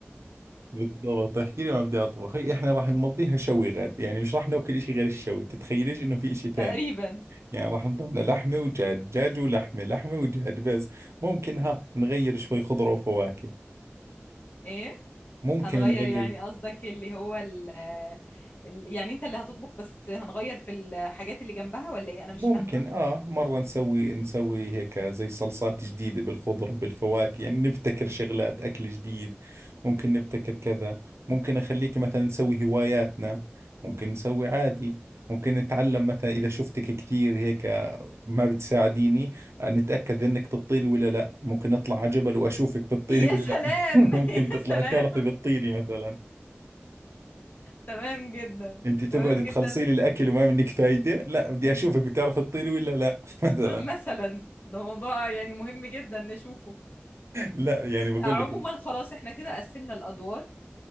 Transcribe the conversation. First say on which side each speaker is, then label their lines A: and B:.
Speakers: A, on the right; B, on the left.
A: بالضبط احكي لي ما بدي اطبخ هي احنا راح نمضيها شوي غاد يعني مش راح ناكل اشي غير الشوي تتخيليش انه في اشي ثاني
B: تقريبا
A: يعني راح نضلنا لحمة ودجاج دجاج ولحمة لحمة ودجاج بس ممكن ها نغير شوي خضرة وفواكه
B: ايه
A: ممكن
B: هنغير
A: على كيف
B: يعني
A: نغير
B: قصدك اللي هو ال ال- يعني انت اللي هتطبخ بس هنغير في الحاجات اللي جنبها ولا ايه انا مش
A: ممكن
B: فاهمة
A: آه مرة نسوي نسوي هيك زي صلصات جديدة بالخضرة بالفواكه يعني نبتكر شغلات أكل جديد ممكن نبتكر كذا ممكن أخليك مثلا نسوي هواياتنا ممكن نسوي عادي ممكن نتعلم مثلا إذا شفتك كثير هيك ما بتساعديني آه، نتأكد انك بتطيري ولا لا ممكن اطلع على جبل واشوفك بتطيري
B: يا
A: ولا
B: سلام
A: لا <laughs> ممكن
B: <laughs> يا
A: تطلعي
B: سلام
A: تعرفي بتطيري مثلا
B: تمام جدا
A: انت تقعدي
B: تمام
A: تخلصي
B: جدا
A: لي الاكل وما منك فايدة لا بدي اشوفك بتعرفي تطيري ولا لا <laughs> مثلا
B: <laughs> مثلا ده موضوع يعني مهم جدا نشوفه
A: لا يعني بقول
B: عموما
A: لك
B: خلاص احنا كده قسمنا الادوار